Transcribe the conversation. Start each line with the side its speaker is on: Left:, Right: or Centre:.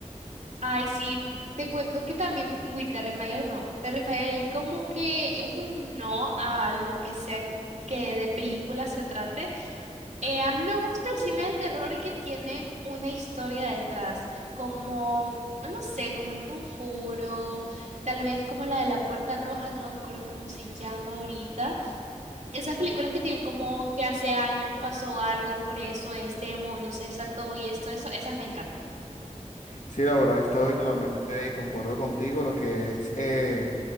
Right: Ay, sí, te cuento que también, uy, Terrifier no, Terrifier es como que es un no a lo que sea que de película se trate. Eh, a mí me gusta el cine de terror que tienen una historia detrás, como, no sé, como El Conjuro, tal vez como la de La Puerta Roja, no me acuerdo cómo se llama ahorita. Esas películas que tienen como que hace años pasó algo y por eso este demonio se desató y esto, eso, esas me encantan.
Left: Sí, la verdad estoy totalmente de concuerdo contigo, lo que es... eh,